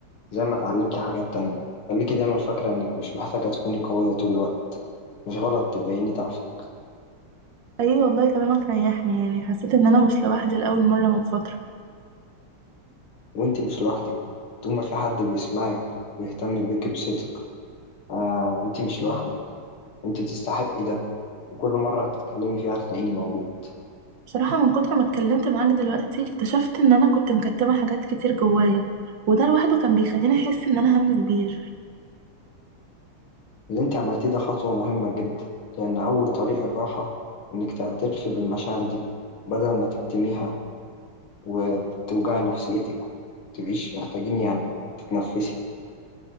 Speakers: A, on the left (about 75°); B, on the right (about 60°).
A: زي ما اتعلمتي حاجات تانية خليكي دايما فاكرة إنك مش محتاجة تكوني قوية طول الوقت مش غلط تبيني ضعفك
B: اي والله كلامك ريحني يعني حسيت ان انا مش لوحدي لاول مره من فتره
A: وإنتي مش لوحدك طول ما في حد بيسمعك ويهتم بيكي بصدق آه إنتي مش لوحدك إنتي تستحقي ده وكل مرة هتتكلمي فيها هتلاقيني موجود
B: بصراحه من كتر ما اتكلمت معاك دلوقتي اكتشفت ان انا كنت مكتمه حاجات كتير جوايا وده لوحده كان بيخليني احس ان انا هم كبير
A: اللي إنتي عملتيه ده خطوة مهمة جدا لأن أول طريق الراحة إنك تعترفي بالمشاعر دي بدل ما تكتميها وتوجعي نفسيتك متبقيش محتاجين يعني تتنفسي